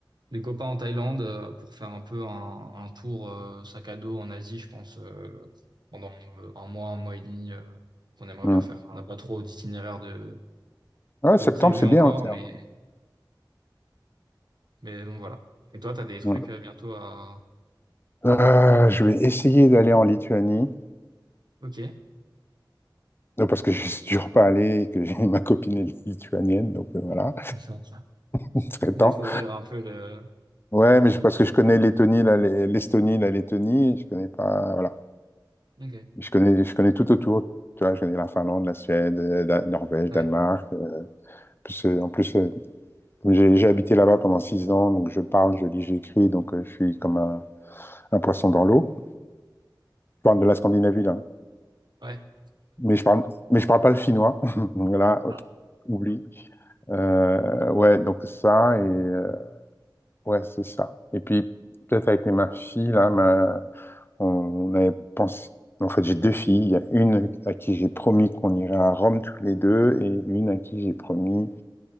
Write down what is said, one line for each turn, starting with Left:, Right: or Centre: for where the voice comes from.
Right: des copains en Thaïlande euh, pour faire un peu un, un tour euh, sac à dos en Asie, je pense, euh, pendant euh, un mois, un mois et demi, euh, qu'on aimerait
Left: Hum.
Right: bien faire. On n'a pas trop d'itinéraire de,
Left: Ouais,
Right: de
Left: septembre,
Right: Ouais, prévu
Left: c'est
Right: sympa.
Left: bien
Right: encore,
Left: aussi.
Right: mais, sympa. mais donc voilà. Et toi, t'as des trucs
Left: hein.
Right: euh, bientôt à...
Left: Euh, je vais essayer d'aller en Lituanie.
Right: Ok.
Left: Non, parce que <laughs> je suis toujours pas allé et que j'ai ma copine est lituanienne, donc euh, voilà,
Right: <laughs>
Left: il serait
Right: Découvrir
Left: temps.
Right: un peu le...
Left: Ouais, mais je- parce que je connais l'Estonie, la- l'Estonie, la Lettonie, je connais pas, voilà.
Right: Ok.
Left: Je connais, je connais tout autour, tu vois, je connais la Finlande, la Suède, euh, la Norvège,
Right: Ouais.
Left: Danemark. Euh, plus, euh, en plus, euh, j'ai j'ai habité là-bas pendant six ans, donc je parle, je lis, j'écris, donc euh, je suis comme un, un poisson dans l'eau. Je parle de la Scandinavie, là.
Right: Ouais.
Left: Mais je parle, mais je parle pas le finnois. <laughs> Voilà,
Right: Ah,
Left: oublie. Euh, ouais, donc ça, et euh, ouais, c'est ça. Et puis, peut-être avec ma fille, là, ma- on, on avait pensé. En fait, j'ai deux filles. Il y a une à qui j'ai promis qu'on irait à Rome tous les deux, et une à qui j'ai promis